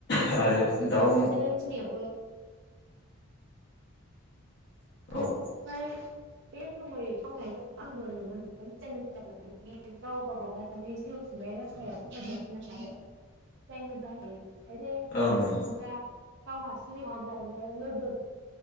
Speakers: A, on the left (about 50°); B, on the right (about 50°).
A: आरो दाउ
B: बे बिदिनो जोंनियावबो
A: औ
B: <unintelligible>
A: ओं
B: बे रोखोमै मावनायखौ आंबो नुनो मोनदों जोंनि <unintelligible> माने गाव गबागाव माने जिउ खुंनाय राहाया हेफाजाब होनो हादों। जायनि जाहै खायसे सुबुंफोरा
A: ओं ओं
B: गाव हारसिं नङाब्लाबो लोगो